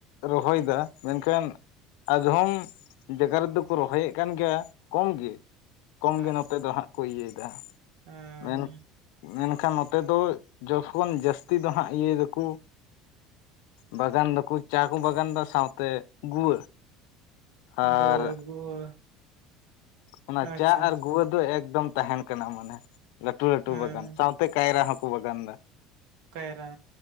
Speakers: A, on the left; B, on the right.
A: ᱨᱚᱦᱚᱭᱮᱫᱟ ᱢᱮᱱᱠᱷᱟᱱ ᱟᱫᱷᱚᱢ ᱡᱟᱜᱜᱟ ᱨᱮᱫᱚ ᱠᱚ ᱨᱚᱦᱚᱭᱮᱜ ᱠᱟᱱ ᱜᱮᱭᱟ ᱠᱚᱢ ᱜᱮ᱾ ᱠᱚᱢ
B: ᱟᱪᱪᱷᱟ
A: ᱜᱮ ᱱᱚᱛᱮ ᱫᱚ ᱦᱟᱸᱜ ᱠᱚ ᱤᱭᱟᱹᱭᱮᱫᱟ
B: ᱦᱮᱸ
A: ᱢᱮᱱ ᱢᱮᱱ ᱢᱮᱱᱠᱷᱟᱱ ᱱᱚᱛᱮ ᱫᱚ ᱡᱚᱠᱷᱚᱱ ᱡᱟᱹᱥᱛᱤ ᱫᱚ ᱦᱟᱸᱜ ᱤᱭᱟᱹᱭ ᱫᱟᱠᱚ ᱵᱟᱜᱟᱱ ᱫᱚᱠᱩ ᱪᱟ ᱠᱩ ᱵᱟᱜᱟᱱᱫᱟ ᱥᱟᱶᱛᱮ ᱜᱩᱣᱟᱹ᱾ ᱟᱨ
B: ᱜᱩᱣᱟᱹ ᱜᱩᱣᱟᱹ᱾
A: ᱚᱱᱟ
B: ᱟᱪᱪᱷᱟ
A: ᱪᱟ ᱟᱨ ᱜᱩᱣᱟᱹ ᱫᱚ ᱮᱠᱫᱚᱢ ᱛᱟᱦᱮᱱ ᱠᱟᱱᱟ ᱢᱟᱱᱮ ᱞᱟᱹᱴᱩ ᱞᱟᱹᱴᱩ
B: ᱦᱮᱸ
A: ᱵᱟᱜᱟᱱ᱾ ᱥᱟᱶᱛᱮ ᱠᱟᱭᱨᱟ ᱦᱚᱸᱠᱚ ᱵᱟᱜᱟᱱ ᱮᱫᱟ᱾
B: ᱠᱟᱭᱨᱟ᱾